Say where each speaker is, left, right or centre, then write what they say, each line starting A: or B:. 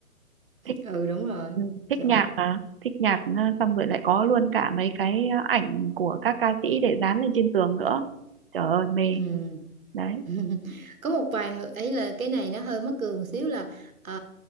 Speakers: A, on the right; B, on the right.
A: thích
B: Ừ, đúng rồi
A: ừ, thích
B: trời
A: nhạc mà thích nhạc ờ, xong rồi lại có luôn cả mấy cái ờ, ảnh của các ca sĩ để dán lên trên tường nữa trời ơi mê
B: ừ.
A: đấy
B: <laughs> có một vài người ấy là cái này nó hơi mắc cười một xíu là ờ,